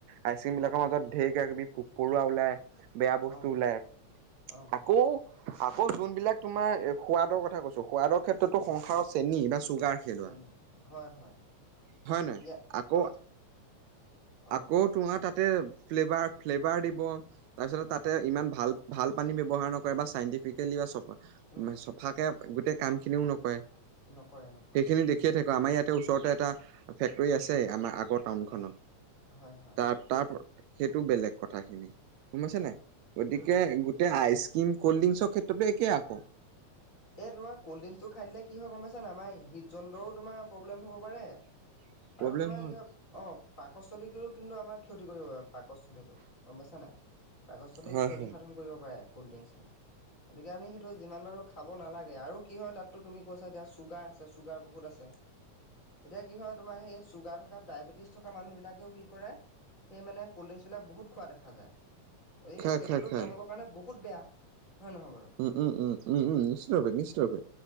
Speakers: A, on the right; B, on the left.
A: আইচক্ৰীমবিলাকৰ
B: উম,
A: মাজত ঢেৰ কিবা কিবি পৰুৱা ওলাই বেয়া বস্তু
B: অ',
A: ওলাই।
B: অ',
A: আকৌ আকৌ যোনবিলাক তোমাৰ সোৱাদৰ কথা কৈছোঁ সোৱাদত ক্ষেত্ৰতো
B: হয়,
A: সংসাৰৰ চেনি বা চুগাৰ নে দৰা।
B: চেনী, হয়, হয়,
A: হয় নাই?
B: এতিয়া,
A: আকৌ
B: অ', অ',
A: আকৌ তোমাৰ
B: কোৱা,
A: তাতে ফ্লেভাৰ ফ্লেভাৰ দিব তাৰপিছত
B: উম,
A: তাতে ইমান ভাল ভাল পানী ব্যৱহাৰ নকৰে বা চাইণ্টিফিকেলি বা চফা
B: উম,
A: চফাকৈ গোটেই কামখিনিও নকৰে।
B: নকৰে নকৰে
A: সেইখিনি দেখিয়ে থাকোঁ আমাৰ ইয়াত ওচৰতে এটা ফেক্টৰী আছে
B: উম
A: আমাৰ আগৰ টাউনখনত।
B: অ হয় হয়
A: তাৰ তাৰ সেইটো বেলেগ কথাখিনি গম পাইছা
B: উম
A: নাই? গতিকে
B: উম
A: গোটেই আইচ কল্ড ড্ৰিংকচৰ ক্ষেত্ৰতো একে আকৌ।
B: এই তোমাৰ কোল্ড ড্ৰিংকচটো খাই দিলে কি হয় গম পাইছানে আমাৰ হৃদ যন্ত্ৰটোৰ তোমাৰ প্ৰব্লেম হ'ব পাৰে।
A: <inaudible>
B: আৰু তোমাৰ
A: হয়
B: কি অ' পাকস্থলীটো কিন্তু আমাৰ ক্ষতি কৰিব পাৰে পাকস্থলীটো গম পাইছা নাই? পাকস্থলীৰ
A: হয়
B: ক্ষতি
A: হয়
B: সাধন কৰিব পাৰে কল্ড ড্ৰিংকচে। গতিকে আমি সেইটো যিমান বাৰু খাব নালাগে আৰু কি হয় তাততো তুমি কৈছা এতিয়া চুগাৰ আছে চুগাৰ বহুত আছে। এতিয়া কি হয় তোমাৰ সেই চুগাৰ থকা ডায়েবেটিছ থকা মানুহবিলাকেও কি কৰে সেই মানে কল্ড ড্ৰিংকচবিলাক বহুত খোৱা দেখা যায়। গতিকে
A: খাই
B: সেইটোতো
A: খাই খাই
B: তেওঁলোকৰ কাৰণে বহুত বেয়া হয়নে নহয় বাৰু?
A: উম, উম, উম, উম নিশ্চিতভাৱে নিশ্চিতভাৱে।